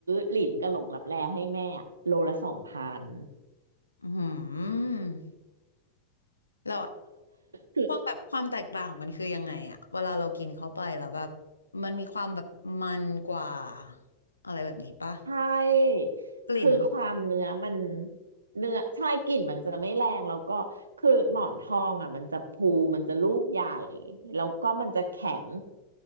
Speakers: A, on the right; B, on the left.
A: หลินกับหลงลับแลให้แม่อะโลละสองพัน
B: อืม เรา
A: <laughs> คือ
B: ความแบบความแตกต่างมันคือยังไงอะเวลาเรากินเข้าไปแล้วแบบมันมีความแบบมันกว่าอะไรแบบนี้ปะ
A: ใช่
B: กลิ่น
A: คือความเนื้อมันเนื้อใช่กลิ่นมันจะไม่แรงแล้วก็คือหมอนทองอ่ะมันจะพูมันจะลูกใหญ่แล้วก็มันจะแข็ง